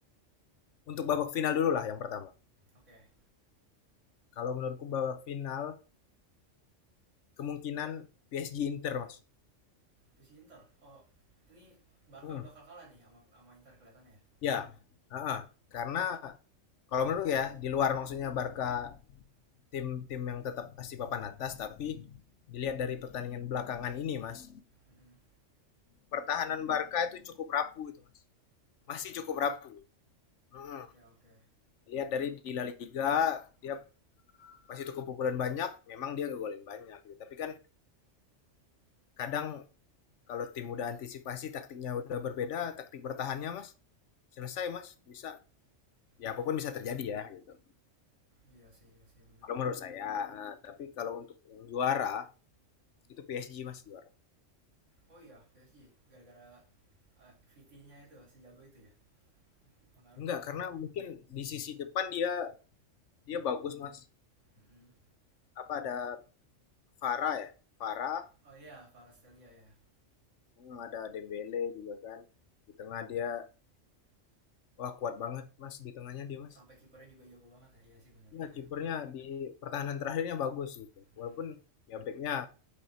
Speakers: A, on the left; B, on the right.
A: untuk babak final dulu lah yang pertama
B: Oke,
A: kalau menurutku babak final kemungkinan PSG Inter mas
B: Puisi Inter. Oh, ini Barca
A: Hmm.
B: bakal kalah nih sama sama Inter kelihatannya. ya?
A: ya heeh. karena kalau menurut ya di luar maksudnya Barca tim tim yang tetap pasti papan atas tapi dilihat dari pertandingan belakangan ini mas
B: Mm-mm.
A: pertahanan Barca itu cukup rapuh itu mas masih
B: Oh,
A: cukup rapuh hmm.
B: Oke oke.
A: lihat dari di La Liga dia masih itu kebobolan banyak memang dia ngegolin banyak gitu. tapi kan kadang kalau tim udah antisipasi taktiknya udah berbeda taktik bertahannya mas selesai mas bisa ya
B: Iya
A: apapun bisa terjadi ya gitu
B: iya sih iya sih benar-benar.
A: kalau menurut saya nah, tapi kalau untuk yang juara itu PSG mas juara
B: Oh iya PSG gara-gara eh, VT-nya itu sejago itu ya pengaruhnya.
A: enggak karena
B: ya?
A: mungkin di sisi depan dia dia bagus mas
B: Mm-mm.
A: apa ada Vara ya Vara
B: Oh iya Kvaratskhelia ya.
A: Hmm, ada Dembele juga kan. Di tengah dia, wah kuat banget mas. Di tengahnya dia mas.
B: Sampai kipernya juga jago banget ya. Iya sih benar juga
A: Ya, kipernya
B: ya.
A: di pertahanan terakhirnya bagus gitu.
B: Hmm.
A: Walaupun ya backnya